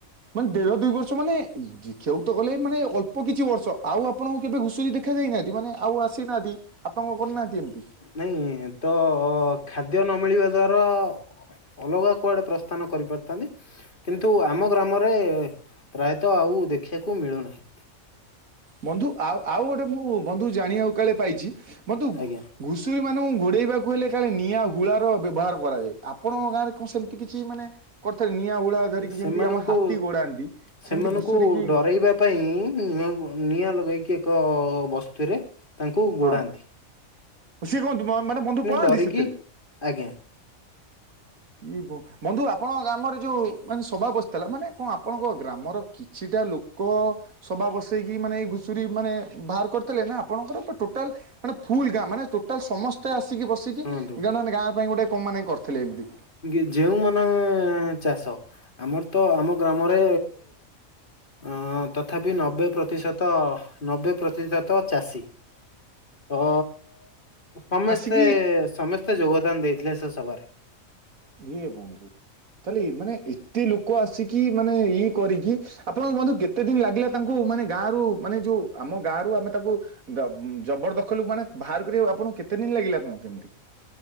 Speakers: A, on the right (about 85°); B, on the left (about 40°).
A: ମାନେ ଦେଢ ଦୁଇ ବର୍ଷ ମାନେ ଦେଖିବାକୁ ଗଲେ ମାନେ ଅଳ୍ପ କିଛି ବର୍ଷ ଆଉ ଆପଣଙ୍କୁ କେବେ ଘୁଷୁରି ଦେଖା ଯାଇନାହାନ୍ତି ମାନେ ଆଉ ଆସିନାହାନ୍ତି? କାମ କରିନାହାନ୍ତି। ଏମିତି
B: ନାଇଁ ତ ଖାଦ୍ୟ ନ ମିଳିବା ଦ୍ଵାରା ଅଲଗା କୁଆଡେ ପ୍ରସ୍ଥାନ କରିପାରିଥାନ୍ତି କିନ୍ତୁ ଆମ ଗ୍ରାମରେ ପ୍ରାୟତଃ ଆଉ ଦେଖିବାକୁ ମିଳୁନାହିଁ।
A: ବନ୍ଧୁ ଆଉ ଆଉ ଗୋଟେ ମୁଁ ବନ୍ଧୁ ଜାଣିବାକୁ କାଳେ ପାଇଚି ବନ୍ଧୁ
B: ଆଜ୍ଞା
A: ଘୁ- ଘୁଷୁରି ମାନଙ୍କୁ ଗୋଡେଇବାକୁ ହେଲେ କାଳେ ନିଆଁ ହୁଳାର ବ୍ୟବହାର କରାଯାଏ, ଆପଣଙ୍କ ଗାଁରେ କଣ ସେମିତି କିଛି ମାନେ କର୍ ଥିଲେ ନିଆଁ ହୋଳା ଧରିକି
B: ସେମାନଙ୍କୁ
A: ଯେମତି ଆମ ହାତୀ ଗୋଡାନ୍ତି
B: ସେମାନଙ୍କୁ
A: ସେମିତି ଘୁଷୁରିକି
B: ଡରାଇବା ପାଇଁ ନିଆଁ ନିଆଁ ଲଗେଇକି ଏକ ବସ୍ତୁରେ ତାଙ୍କୁ ଗୋଡ଼ାନ୍ତି।
A: ହଁ ସିଏ କୁହନ୍ତୁ ମା-ମାନେ ବନ୍ଧୁ ପଳାନ୍ତି
B: ଡରିକି
A: ସେଥିରେ?
B: ଆଜ୍ଞା
A: ଏ ବ ବନ୍ଧୁ ଆପଣଙ୍କ ଗ୍ରାମରେ ଯୋଉ ମାନେ ସଭା ବସିଥିଲା ମାନେ କଣ ଆପଣଙ୍କ ଗ୍ରାମର କିଛିଟା ଲୋକ ସଭା ବସେଇକି ମାନେ ଏଇ ଘୁଶୁରୀ ମାନେ ବାହାର କରିଥିଲେ ନା ଆପଣଙ୍କର ଟୋଟାଲ ମାନେ ଫୁଲ ଗାଁ ମାନେ ଟୋଟାଲ ସମସ୍ତେ ଆସିକି ବସିକି
B: ଶୁଣନ୍ତୁ
A: ଜଣେ ମାନେ ଗାଁ ପାଇଁ ଗୋଟେ କଣ ମାନେ କରିଥିଲେ ଏମିତି
B: କି ଯେଉଁମାନେ ଚାଷ ଆମର ତ ଆମ ଗ୍ରାମରେ ହଁ ତଥାପି ନବେ ପ୍ରତିଶତ ନବେ ପ୍ରତିଶତ ତ ଚାଷୀ ତ ସମସ୍ତେ
A: ଆସିକି
B: ସମସ୍ତେ। ତେ ଯୋଗଦାନ ଦେଇଥିଲେ ସେ ସଭାରେ।
A: ହେ ବନ୍ଧୁ। ତାଲେ ଏମାନେ ଏତେ ଲୋକ ଆସିକି ମାନେ ଇଏ କରିକି ଆପଣଙ୍କୁ ବନ୍ଧୁ କେତେ ଦିନ ଲାଗିଲା ତାଙ୍କୁ ମାନେ ଗାଁରୁ ମାନେ ଯୋଉ ଆମ ଗାଁରୁ ଆମେ ତାକୁ ଦ ଜବର ଦଖଲକୁ ମାନେ ବାହାର କରିବାକୁ ଆପଣଙ୍କୁ କେ ତେ ଦିନ ଲାଗିଲା କଣ କେମିତି?